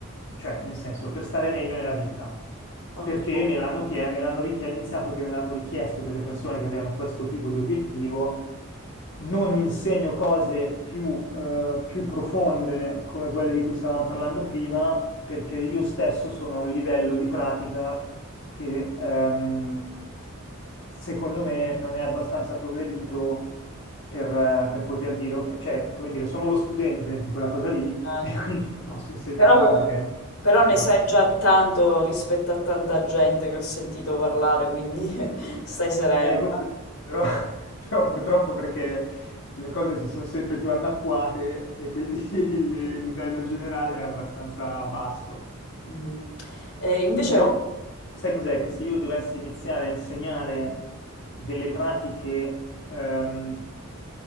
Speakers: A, on the left; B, on the left.
A: cioè nel senso per stare meglio nella vita
B: ok,
A: perché me l'hanno chie- me l'hanno richie- è iniziato che me l'hanno richiesto delle persone che avevano questo tipo di obiettivo. Non insegno cose più, eh, più profonde come quelle di cui stavamo parlando prima, perché io stesso sono a un livello di pratica che ehm, secondo me non è abbastanza progredito per, eh, per poter dire, ok, cioè, come dire, sono lo studente in quella cosa lì
B: ok.
A: <laughs> e quindi non posso insegnarla
B: Però,
A: perché non
B: però ne
A: ho abbastanza.
B: sai già tanto rispetto a tanta gente che ho sentito parlare, quindi <laughs> stai sereno.
A: Eh, questo-
B: eh.
A: però, <laughs> però purtroppo perché le cose si sono sempre più annacquate e quindi <laughs> il, il livello generale è abbastanza basso.
B: Mhm. E invece,
A: Però sai cos'è? Che se io dovessi iniziare a insegnare delle pratiche ehm,